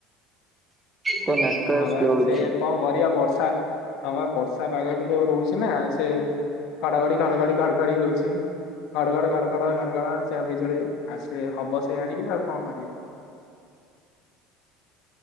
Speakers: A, on the right; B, on the left.
A: ତୋ ନେଟୱାର୍କ
B: ହଁ
A: ସ୍ଲୋ
B: ବା
A: ହଉଛି।
B: ସେ କଣ କରିବା ବର୍ଷା ହଁବା ବର୍ଷା ପାଗ ଟ ଯ ରହୁଛି ନା ସେ ଘଡଘଡି ଘଡଘଡି ଘଡଘଡି ହଉଛି। ଘଡ ଘଡ ଘଡ ଘଡ ଘଡ଼ ଘଡ଼ ଚାଲିଛି। ଲେ ଆସିବେ ହବ ସେଇଆ ଟିକେ ଆଉ କଣ କରିବା। <inaudible>